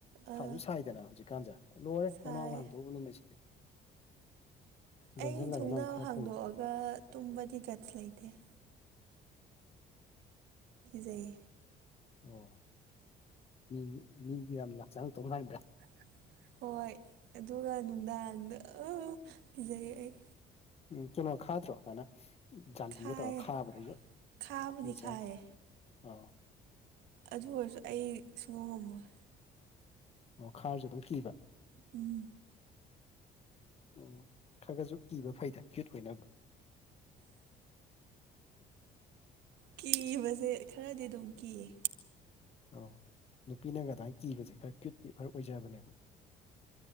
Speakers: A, on the right; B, on the left.
A: ꯑꯥ
B: ꯁꯥꯁꯨ ꯁꯥꯏꯗꯅ ꯍꯧꯖꯤꯛꯀꯥꯟꯁꯦ ꯂꯣꯏꯔꯦ ꯊꯣꯡꯅꯥꯎꯒ
A: ꯁꯥꯏ
B: ꯍꯥꯡꯇꯣꯛꯎꯗꯕ ꯅꯨꯃꯤꯠꯁꯤꯗꯤ ꯂꯣꯟꯁꯤꯜꯂꯒꯅ
A: ꯑꯩ ꯊꯨꯝꯅꯥꯎ
B: ꯑꯃꯨꯛ ꯈꯔ
A: ꯍꯥꯡꯗꯣꯛꯑꯒ
B: ꯐꯩ
A: ꯇꯨꯝꯕꯗꯤ ꯒꯠꯁ ꯂꯩꯇꯦ ꯀꯤꯖꯩ ꯌꯦ
B: ꯑꯣ ꯃꯤ ꯃꯤꯗꯤꯌꯥꯝꯂꯟꯕꯔꯥ ꯆꯡꯉꯛꯇꯧ ꯃꯥꯟ
A: <inaudible> ꯍꯣꯏ ꯑꯗꯨꯒ ꯅꯨꯡꯗꯥꯡꯗ ꯀꯤꯖꯩ ꯑꯩ꯫
B: ꯎꯝ ꯀꯩꯅꯣ ꯈꯥꯗ꯭ꯔꯣ ꯁꯨꯃꯥꯏꯅ ꯖꯥꯂꯤꯒ
A: ꯈꯥꯏꯌꯦ
B: ꯇꯧꯔ ꯈꯥꯕꯗꯣ꯫
A: ꯈꯥꯕꯨꯗꯤ
B: <unintelligible>
A: ꯈꯥꯏꯌꯦ
B: ꯑꯣ꯫
A: ꯑꯗꯨ ꯑꯣꯏꯔꯁꯨ ꯑꯩ ꯁꯨꯡꯉꯝ ꯉꯝꯃꯣꯏ꯫
B: ꯑꯣ ꯈꯔꯁꯨ ꯑꯗꯨꯝ ꯀꯤꯕ꯫
A: ꯎꯝ
B: ꯑꯣ ꯈꯔ ꯈꯔꯁꯨ ꯀꯤꯕ ꯐꯩꯗ ꯀꯤꯌꯨꯠ ꯑꯣꯏꯅꯕ꯫
A: ꯀꯤꯕꯁꯦ ꯈꯔꯗꯤ ꯑꯗꯨꯝ ꯀꯤꯌꯦ꯫
B: ꯑꯣ ꯅꯨꯄꯤꯅꯒ ꯑꯗꯨꯃꯥꯏ ꯀꯤꯕꯁꯦ ꯈꯔ ꯀ꯭ꯌꯨꯠꯇꯤ ꯈꯔ ꯑꯣꯏꯖꯕꯅꯦꯕ꯫